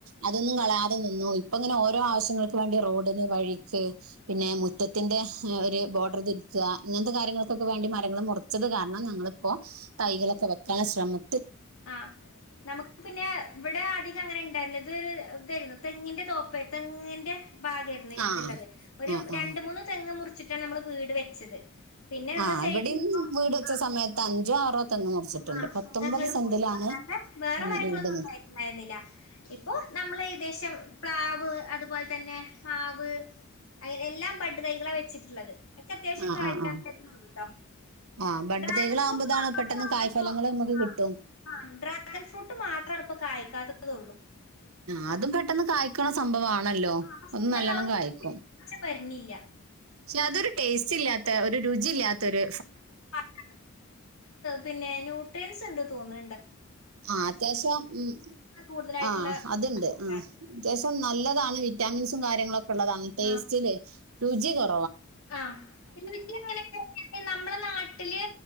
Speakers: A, on the right; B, on the left.
A: അതൊന്നും കളയാതെ നിന്നൂ ഇപ്പങ്ങനെ ഓരോ ആവശ്യങ്ങൾ ക്കും വാണ്ടി റോഡിന് വഴിക്ക് പിന്നെ മുറ്റത്തിന്റെ ഒരു ബോർഡർ തിരിക്ക ഇങ്ങൻത്തെ കാര്യങ്ങൾക് ക്കെ വേണ്ടി മരങ്ങൾ മുറിച്ചത് കാരണം ഞങ്ങളിപ്പൊ തൈകളൊക്കെ വെക്കാൻള ശ്രമ
B: ആഹ്. നമുക്ക് പിന്നെ ഇവിടെ അധികം അങ്ങനെ ഉണ്ടായിരുന്നില്ല. ഇത് ഒരു ഇതേര്ന്നു. തെങ്ങിന്റെ തോ പ്പെ. തെങ്ങിന്റെ ഭാഗേരുന്നു
A: ആ
B: ഇതിള്ളത്. ഒരു
A: ആ ആ
B: രണ്ട് മൂന്ന് തെങ്ങ് മുറി ച്ചിട്ടാണ് നമ്മള് വീട് വെച്ചത് പിന്നെ നമ്മൾ
A: ആ
B: <unintelligible>
A: ഇവിടെയും
B: ഇപ്പ ആ
A: വീട് വെച്ച സമയത്ത് അഞ്ചോ ആറോ തെങ്ങ് മുറിച്ചിട്ടുണ്ട്
B: ആ <unintelligible>
A: പത്തൊമ്പത് സെന്റിലാണ്
B: അല്ലാണ്ട് വേറെ
A: ഉം
B: മരങ്ങളൊന്നും
A: വീട് നി-
B: ഉണ്ടായിട്ടുണ്ടായിരുന്നില്ല ഇപ്പൊ നമ്മള് ഏകദേശം പ്ലാവ് അതുപോലെ തന്നെ മാവ് അങ്ങനെ എല്ലാം ബഡുതൈകളാ വെച്ചിട്ടുള്ളത് ഒക്കെ അത്യാവശ്യം
A: ആ
B: കായ്ഫലം
A: ആ ആ
B: തര്നൂണ്ട് ട്ടോ
A: ആ ബഡ്
B: ഡ്രാഗൻ
A: തൈകളാകുമ്പോ
B: ഫ്രൂട്ട്
A: ഇതാണ്
B: മാത്രാ
A: പെട്ടെന്ന് കായ്ഫലങ്ങൾ
B: ണ്പ്പം
A: നമുക്ക്
B: ആഹ്
A: കിട്ടും
B: ആ ഡ്രാഗൺ ഫ്രൂട്ട് മാത്രാണിപ്പൊ കായ്ക്കാത്ത തൊള്ളൂ
A: ആ അതും പെട്ടെന്ന് കായ്ക്കണ സംഭവവാ ണല്ലോ
B: ആ പക്ഷെ
A: ഒന്നും
B: എന്താ
A: നല്ലോണ്ണം കായ്ക്കും
B: വളർച്ച വരുന്നില്ല
A: ക്ഷെ അതൊരു ടേസ്റ്റ് ഇല്ലാത്ത ഒരു രുചി ഇല്ലാത്ത ഒര്
B: <unintelligible> പിന്നെ ന്യൂട്രിയൻസ് ഉണ്ട് തോന്ന്ണ്
A: ആ അത്യാശ്യം ഉം
B: കൂടുതലായിട്ടുള്ള
A: ആ
B: ഒരു
A: അത്ണ്ട് ആ
B: ആണ്.
A: അത്യാശ നല്ലതാണ് വിറ്റാമിൻസും കാര്യങ്ങളൊക്കെള്ളതാണ് ടേസ്റ്റിലേ
B: ആ
A: രുചി കൊ
B: ആ രുചി അങ്ങനക്ക നമ്മള നാട്ടില്